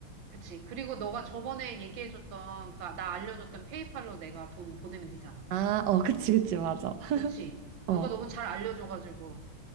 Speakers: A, on the right; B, on the right.
A: 그치. 그리고 너가 저번에 얘기해줬던, 그, 나 알려줬던 페이팔로 내가 돈 보내면 되잖아.
B: 아, 어, <laughs> 그치, 그치, 맞아. <laughs>
A: 그치.
B: 어,
A: 너가 너무 잘 알려줘가지고.